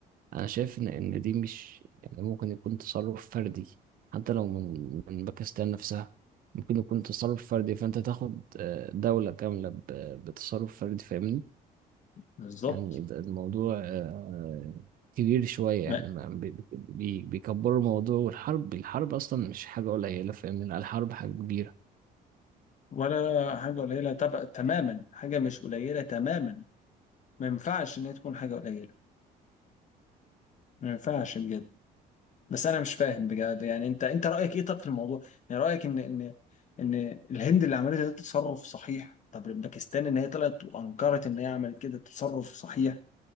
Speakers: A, on the right; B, on the left.
A: انا شايف ان ان دي مش يعني ممكن يكون تصرف فردي حتى لو من من باكستان نفسها ممكن يكون تصرف فردي فانت تاخد آه، دوله كامله ب- بتصرف فردي فاهمني
B: بالظبط
A: يعني الد- الموضوع آه، كبير شوية
B: ما-
A: يعني ما- بي- بي- بيكبروا الموضوع والحرب الحرب أصلا مش حاجة قليلة فاهمني لا، الحرب حاجة كبيرة
B: ولا حاجه قليله تبقى تماما حاجه مش قليله تماما ما ينفعش ان هي تكون حاجه قليله ما ينفعش بجد بس انا مش فاهم بجد يعني انت انت رايك ايه طب في الموضوع يعني رايك ان ان ان الهند اللي عملته ده تصرف صحيح طب باكستان ان هي طلعت وانكرت ان هي عملت كده تصرف صحيح